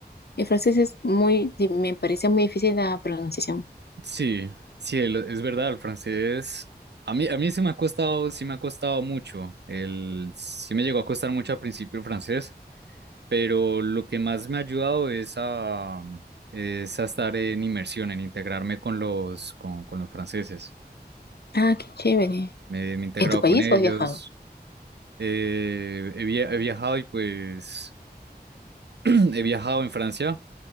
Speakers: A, on the left; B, on the right.
A: El francés es muy, di- me parecía muy difícil la pronunciación.
B: Sí, sí, el- es verdad, el francés. A mí, a mí sí me ha costado, sí me ha costado mucho. El, sí me llegó a costar mucho al principio el francés, pero lo que más me ha ayudado es a, es a estar en inmersión, en integrarme con los, con, con los franceses.
A: Ah, qué chévere.
B: Me, me he integrado
A: ¿En tu país
B: con ellos,
A: o has viajado?
B: eh, he, via- he viajado y pues <clears throat> he viajado en Francia,